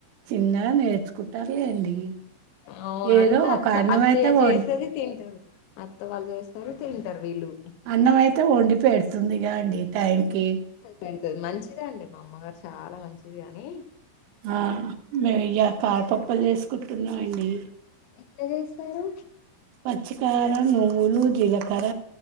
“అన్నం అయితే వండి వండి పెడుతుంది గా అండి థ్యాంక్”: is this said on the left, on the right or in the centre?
Right